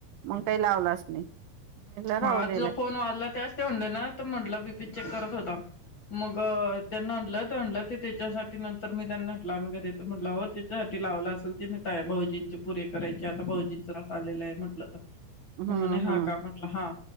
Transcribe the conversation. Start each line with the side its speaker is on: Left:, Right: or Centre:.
Right: मग काही लावलाच नाही म्हटलं राहू
Left: हा
Right: दिलं
Left: तुझा फोन वाजला त्यावेळेस ते म्हटले ना तर म्हटलं बीपी चेक करत होता मग त्यांना म्हटलं ते म्हलं ते त्याच्यासाठी नंतर मी त्यांना म्हटलं आमी काय देत त म्हटलं हो तिच्यासाठी लावला असेल त मी त भाऊजींचे पुरे करायचे आता भाऊजीचा रास आलेला आहे म्हटलं तर
Right: हम्म
Left: म मने हा
Right: हम्म
Left: का म्हटलं हा